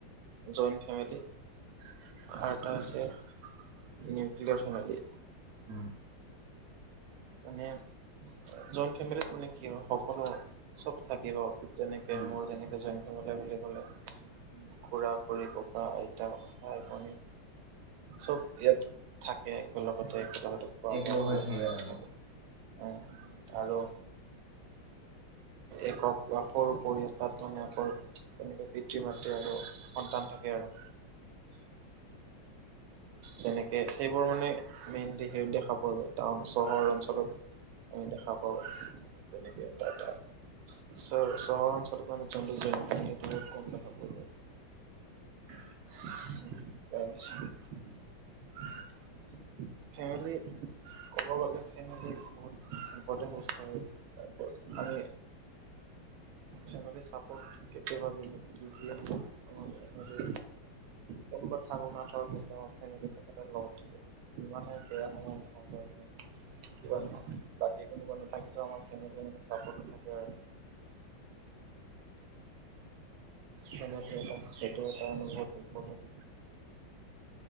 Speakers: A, on the right; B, on the right.
A: জইণ্ট ফেমিলি আৰু এটা আছে নিউক্লিয়াৰ ফেমিলি।
B: উম
A: মানে জইণ্ট ফেমিলিত মানে কি হয় সকলো চব থাকিব। যেনেকে
B: উম
A: মোৰ যেনেকে জইণ্ট ফেমিলি বুলি ক'লে খুৰা-খুৰী, ককা-আইতা, ভাই- ভনী। চব ইয়াত থাকে একেলগতে একেলগতে খোৱা
B: একলগ
A: বোৱা কৰে
B: হৈ
A: তেনেকে
B: আৰু
A: থাকে, উম আৰু একক বা সৰু পৰিয়াল তাত মানে আকৌ তেনেকে পিতৃ-মাতৃ আৰু সন্তান থাকে আৰু।
B: <inaudible> <inaudible>
A: যেনেকে সেইবোৰ মানে মেইনলি হেৰিত দেখা পোৱা যায় টাউন চহৰ অঞ্চলত। আমি দেখা পাওঁ যেনেকে এটা এটা। চহৰ অঞ্চলত মানে জইণ্ট ফেমিলি কম দেখা পোৱা যায়।
B: <inaudible>
A: <unintelligible> ফেমিলি ক'ব গলে ফেমিলি বহুত ইম্পৰ্টেণ্ট বস্তু হয়। আমি ফেমিলি চাপৰ্ট কেতিয়াবা কি যিয়ে নহওক ফেমিলি কোনোবা থাকক নাথাকক কিন্তু আমাৰ ফেমিলি সদায় লগত থাকিব যিমানেই বেয়া সময় নহয় বাৰু যিয়ে নহওক কিবা নহওক বাকী কোনোবা নাথাকিলেও আমাৰ ফেমিলি চাপৰ্টত থাকে আৰু। ফেমিলি এটা এইটো এটা বহুত ইম্পৰ্টেণ্ট।